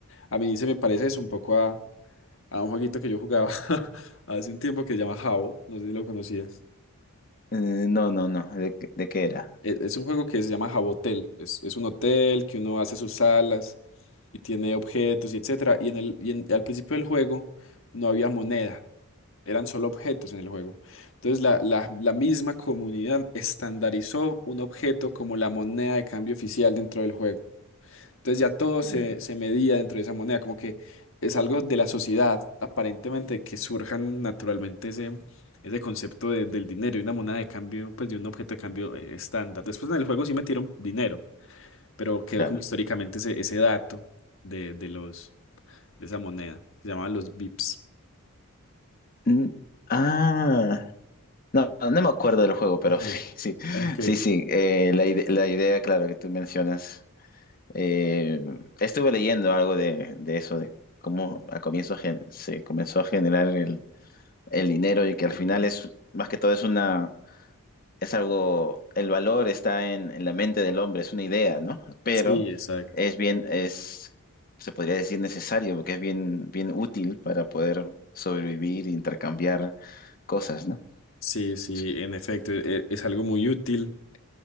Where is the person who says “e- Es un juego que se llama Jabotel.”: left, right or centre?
Left